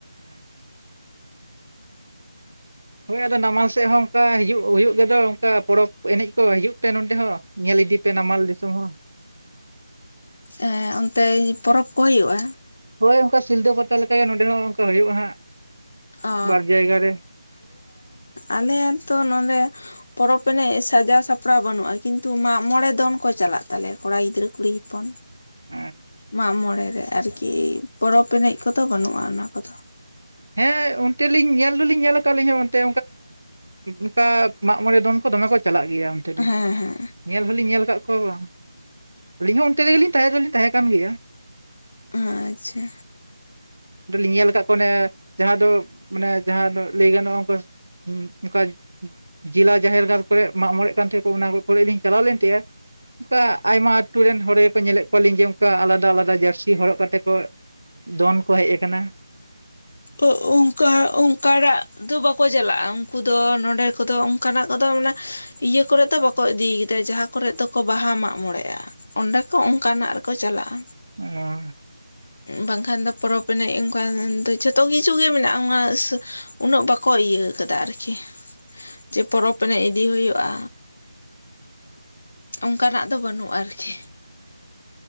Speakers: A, on the right (about 80°); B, on the left (about 45°).
A: <unintelligible> ᱦᱳᱭ ᱟᱫᱚ ᱱᱟᱢᱟᱞ ᱥᱮᱫ ᱦᱚᱸ ᱚᱱᱠᱟ ᱦᱤᱡᱩᱜ ᱦᱩᱭᱩᱜ ᱜᱮᱫᱚ ᱚᱱᱠᱟ ᱯᱚᱨᱚᱵᱽ ᱮᱱᱮᱡ ᱠᱚ ᱦᱤᱡᱩᱜ ᱯᱮ ᱱᱚᱛᱮ ᱦᱚᱸ᱾ ᱧᱮᱞ ᱤᱫᱤᱯᱮ ᱱᱟᱢᱟᱞ ᱫᱤᱥᱚᱢ ᱦᱚᱸ᱾
B: ᱦᱮᱸ ᱚᱱᱛᱮ ᱯᱚᱨᱚᱵᱽ ᱠᱚ ᱦᱩᱭᱩᱜᱼᱟ᱾
A: ᱦᱳᱭ ᱚᱱᱠᱟ ᱥᱤᱞᱫᱟᱹ ᱯᱟᱛᱟ ᱞᱮᱠᱟᱜᱮ ᱱᱚᱰᱮ ᱦᱚᱸ ᱚᱱᱠᱟ ᱦᱩᱭᱩᱜᱼᱟ ᱦᱟᱸᱜ᱾
B: ᱚ
A: ᱵᱟᱨ ᱡᱟᱭᱜᱟ ᱨᱮ
B: ᱟᱞᱮᱭᱟᱜ <unintelligible> <unintelligible> ᱛᱚ ᱱᱚᱰᱮ ᱯᱚᱨᱚᱵᱽ ᱮᱱᱮᱡ ᱥᱟᱡᱟᱣ ᱥᱟᱯᱲᱟᱣ ᱵᱟᱹᱱᱩᱜᱼᱟ᱾ ᱠᱤᱱᱛᱩ ᱢᱟᱜᱽ ᱢᱚᱬᱮ ᱫᱚᱱ ᱠᱚ ᱪᱟᱞᱟᱜ ᱛᱟᱞᱮᱭᱟ ᱠᱚᱲᱟ ᱜᱤᱫᱽᱨᱟᱹ ᱠᱩᱲᱤ ᱦᱚᱯᱚᱱ
A: <unintelligible>
B: ᱢᱟᱜᱽᱢᱚᱬᱮ ᱨᱮ ᱟᱨᱠᱤ ᱯᱚᱨᱚᱵᱽ ᱮᱱᱮᱡ ᱠᱚᱫᱚ ᱵᱟᱹᱱᱩᱜᱼᱟ᱾ ᱚᱱᱟ ᱠᱚᱫᱚ
A: ᱦᱮᱸ ᱚᱱᱛᱮ ᱞᱤᱧ ᱧᱮᱞ ᱫᱚᱞᱤᱧ ᱧᱮᱞ ᱟᱠᱟᱫ ᱟᱞᱤᱧ ᱦᱚᱸ ᱚᱱᱛᱮ ᱚᱱᱠᱟ <unintelligible> ᱢᱟᱜᱽᱢᱚᱬᱮ ᱫᱚᱱ ᱠᱚ ᱫᱚᱢᱮ ᱠᱚ ᱪᱟᱞᱟᱜ ᱜᱮᱭᱟ ᱚᱱᱛᱮ ᱫᱚ᱾
B: ᱦᱮᱸ ᱦᱮᱸ
A: ᱧᱮᱞ ᱦᱚᱞᱤᱧ ᱧᱮᱞ ᱟᱠᱟᱫ ᱠᱚᱣᱟ ᱵᱟᱝ᱾ <unintelligible> ᱟᱹᱞᱤᱧ ᱦᱚᱸ ᱚᱱᱛᱮ ᱨᱮᱜᱮᱱᱞᱤᱧ ᱛᱟᱦᱮᱸ ᱫᱚᱞᱤᱧ ᱛᱟᱦᱮᱸ ᱠᱟᱱ ᱜᱮᱭᱟ᱾
B: ᱟᱪᱪᱷᱟ
A: <unintelligible> <unintelligible> ᱞᱤᱧ ᱧᱮᱞ ᱟᱠᱟᱫ ᱠᱚᱣᱟ ᱚᱱᱮ ᱡᱟᱦᱟᱸ ᱫᱚ ᱢᱟᱱᱮ ᱡᱟᱦᱟᱸ ᱫᱚ ᱞᱟᱹᱭ ᱜᱟᱱᱚᱜᱼᱟ, ᱚᱱᱠᱟ ᱚᱱᱠᱟ <unintelligible> ᱡᱮᱞᱟ ᱡᱟᱦᱮᱨ ᱜᱟᱲ ᱠᱚᱨᱮ ᱢᱟᱜᱽᱢᱚᱬᱮᱜ ᱠᱟᱱ ᱛᱟᱦᱮᱸᱫ ᱠᱚ ᱚᱱᱟ ᱠᱚᱨᱮ ᱞᱤᱧ ᱪᱟᱞᱟᱣ ᱞᱮᱱ ᱛᱟᱦᱮᱫ-ᱟ ᱚᱱᱠᱟ ᱟᱭᱢᱟ ᱟᱹᱛᱳ ᱨᱮᱱ ᱦᱚᱲ ᱜᱮᱠᱚ ᱧᱮᱞᱮᱫ ᱠᱚᱣᱟᱞᱤᱧ ᱡᱮ ᱚᱱᱠᱟ ᱟᱞᱟᱫᱟ ᱟᱞᱟᱫᱟ ᱡᱟᱹᱨᱥᱤ ᱦᱚᱨᱚᱜ ᱠᱟᱛᱮ ᱠᱚ ᱫᱚᱱ ᱠᱚ ᱦᱮᱡ ᱟᱠᱟᱱᱟ᱾
B: ᱚ ᱚᱠᱟ ᱚᱱᱠᱟ ᱚᱱᱠᱟᱱᱟᱜ ᱫᱚ ᱵᱟᱠᱚ ᱪᱟᱞᱟᱜᱼᱟ᱾ ᱩᱱᱠᱩ ᱫᱚ ᱱᱚᱸᱰᱮ ᱠᱚᱫᱚ ᱚᱱᱠᱟᱱᱟᱜ ᱠᱚᱫᱚ ᱢᱟᱱᱮ ᱤᱭᱟᱹ ᱠᱚᱨᱮᱫᱚ ᱵᱟᱠᱚ ᱤᱫᱤ ᱟᱠᱟᱫᱟ ᱡᱟᱦᱟᱸ ᱠᱚᱨᱮᱜ ᱫᱚᱠᱚ ᱵᱟᱦᱟ ᱢᱟᱜ ᱢᱚᱸᱬᱮᱜᱼᱟ᱾ ᱚᱸᱰᱮ ᱠᱚ ᱚᱱᱠᱟᱱᱟᱜ ᱨᱮᱠᱚ ᱪᱟᱞᱟᱜᱼᱟ᱾
A: <unintelligible>
B: ᱵᱟᱝᱠᱷᱟᱱ ᱫᱚ ᱯᱚᱨᱚᱵᱽ ᱮᱱᱮᱡ ᱚᱱᱠᱟ ᱫᱚ ᱡᱷᱚᱛᱚ ᱠᱤᱪᱷᱩ ᱜᱮ ᱢᱮᱱᱟᱜᱼᱟ <unintelligible> ᱩᱱᱟᱹᱜ ᱵᱟᱠᱚ ᱤᱭᱟᱹ ᱟᱠᱟᱫᱟ ᱟᱨᱠᱤ <unintelligible> ᱡᱮ ᱯᱚᱨᱚᱵᱽ ᱮᱱᱮᱡ ᱤᱫᱤ ᱦᱩᱭᱩᱜᱼᱟ ᱚᱱᱠᱟᱱᱟᱜ ᱫᱚ ᱵᱟᱹᱱᱩᱜᱼᱟ ᱟᱨᱠᱤ